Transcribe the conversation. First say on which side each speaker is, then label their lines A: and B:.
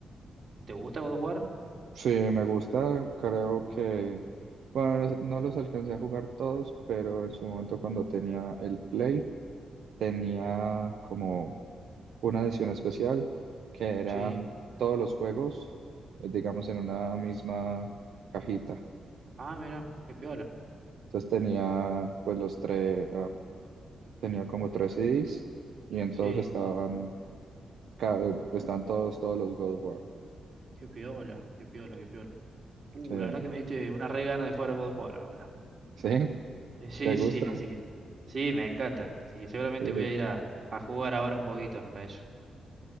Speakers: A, on the right; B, on the right.
A: ¿Te gusta God of War?
B: Sí, me gusta, creo que, bueno, no no los alcancé a jugar todos, pero en su momento cuando tenía el Play, tenía como una edición especial que eran
A: Sí.
B: todos los juegos, eh, digamos, en una misma cajita.
A: Ah, mira, qué piola.
B: Entonces tenía pues los tres, tenía como tres CDs y entonces
A: Sí,
B: estaban, ca- eh, están todos, todos los God of War.
A: qué piola, qué piola, qué piola. Uh,
B: Sí,
A: la verdad que me diste una re gana de jugar a God of War ahora.
B: ¿sí?
A: Eh, Sí,
B: ¿Te gustan?
A: sí, así que. Sí, me encanta. Así que seguramente
B: Sí.
A: voy a ir a, a jugar ahora un poquito a eso.